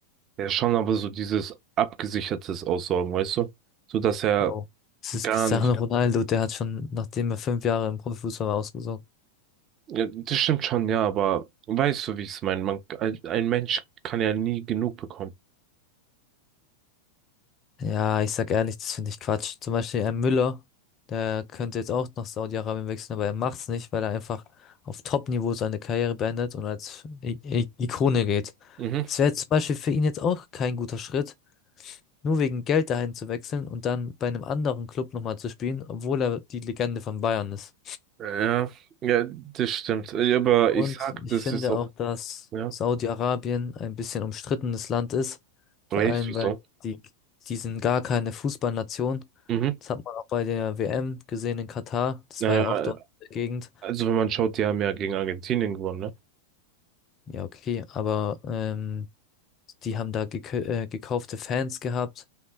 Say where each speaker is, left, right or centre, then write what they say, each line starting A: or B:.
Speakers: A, on the right; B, on the left.
A: ja schon, aber so dieses abgesichertes Aussorgen, weißt du? So dass er
B: Oh. Es ist
A: gar
B: Cristiano
A: nicht
B: Ja. Ronaldo, der hat schon, nachdem er fünf Jahre im Profifußball war, ausgesorgt.
A: Ja, das stimmt schon, ja, aber weißt du, wie ich es meine? Man, ein Mensch kann ja nie genug bekommen.
B: Ja, ich sag ehrlich, das finde ich Quatsch. Zum Beispiel ein Müller, der könnte jetzt auch nach Saudi-Arabien wechseln, aber er macht's nicht, weil er einfach auf Top-Niveau seine Karriere beendet und als I I Ikone geht.
A: Mhm.
B: Das wäre zum Beispiel für ihn jetzt auch kein guter Schritt, nur wegen Geld dahin zu wechseln und dann bei einem anderen Club nochmal zu spielen, obwohl er die Legende von Bayern ist.
A: Ja, ja, das stimmt. Äh, ja, Aber
B: Und
A: ich sag,
B: ich
A: das
B: finde
A: ist auch,
B: auch, dass
A: ja,
B: Saudi-Arabien ein bisschen umstrittenes Land ist, vor
A: weißt
B: allem
A: du, wieso?
B: weil die, die sind gar keine Fußballnation.
A: Mhm.
B: Das hat man auch bei der WM gesehen in Katar. Das
A: Äh,
B: war ja auch dort in der Gegend.
A: also, wenn man schaut, die haben ja gegen Argentinien gewonnen, ne?
B: Ja, okay, aber ähm, die haben da gekau- äh, gekaufte Fans gehabt